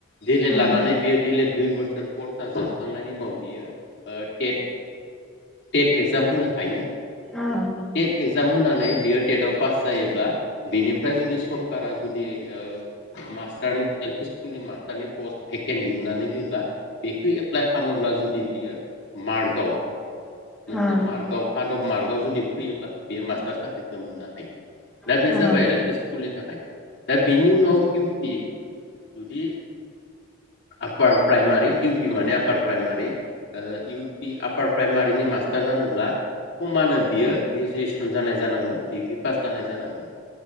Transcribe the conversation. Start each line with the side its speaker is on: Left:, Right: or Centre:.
Left: डिलेट
Centre: उम
Left: लानानै बियो डिलेट दुइ बोसोर कर्सा जोबखांनायनि उनाव बियो ओ टेट टेट एक्जाम होनो हायो
Centre: उम
Left: टेट एगजाम होनानै बियो टेटाव पास जायोब्ला बिनिफ्राय जुदि सरकारा जुदि ओ मास्टारनि एल पि सुकुलनि मास्टारनि पोस्ट टेकेन दिहुननानै होयोब्ला बेखौ एप्लाइ खालामोब्ला जुदि बियो मार्कआव मोनसे
Centre: उम
Left: मार्कआव कार्ड अफ मार्कआव जुदि फैयोब्ला बेयो मास्टार साख्रिखौ मोननो हायो। दा
Centre: हेल'
Left: बे
Centre: हो
Left: जाबाय एल पि स्कुलनि थाखाय दा बेनि उनाव इउ पि जुदि आपार प्राइमारि इउपि माने upper primary. U P upper प्राइमारिनि मास्टार जानोब्ला। समानो बियो ग्रेजुवेसन जानाय जानांगोन डिग्रि पास जानाय जानांगोन।